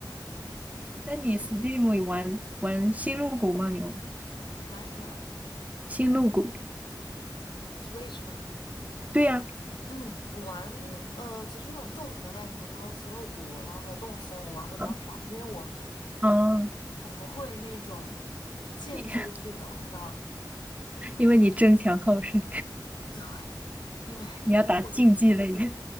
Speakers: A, on the right; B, on the left.
A: 那你 Steam 有玩玩星露谷吗？你玩
B: <laughs> 玩什么
A: 星露谷？
B: Switch 吗？
A: 对呀、
B: 嗯，我玩呃，其实那种种田类，比如说星露谷，然后还有动森，我玩的都比较少，
A: 啊，
B: 因为我
A: 啊
B: 我不会那种建筑式的，
A: 你 <laughs>
B: 我不知道能不能
A: 因为你争强好胜，
B: <laughs> 对，因为
A: <laughs> 你要打竞技类。
B: 我一